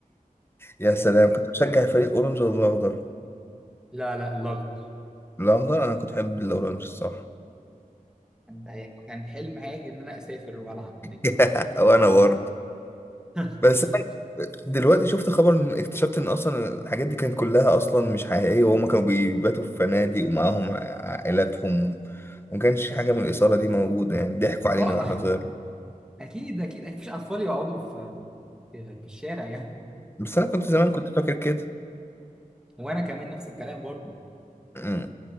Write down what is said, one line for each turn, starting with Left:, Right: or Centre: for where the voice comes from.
Left: يا
Centre: آه،
Left: سلام كنت بشجع فريق اورنج ولا الاخضر
Centre: لا لا الاخضر
Left: الاخضر انا كنت بحب الاورنج الصراحه
Centre: كان كان حلم حياتي ان انا اسافر والعب هناك
Left: <laughs> وانا برضه
Centre: <laughs>
Left: بس أنا دلوقتي شفت خبر إن- اكتشفت ان اصلا الحاجات دي كانت كلها اصلا مش حقيقيه وهم كانوا بيباتوا في فنادق ومعاهم عائلاتهم وما كانش حاجه من الاثاره دي موجوده يعني ضحكوا علينا
Centre: اه
Left: واحنا صغيرين
Centre: اكيد اكيد مفيش اطفال يقعدوا في في في الشارع يعني
Left: بس انا كنت زمان كنت فاكر كده
Centre: وانا كمان نفس الكلام برضه
Left: مم.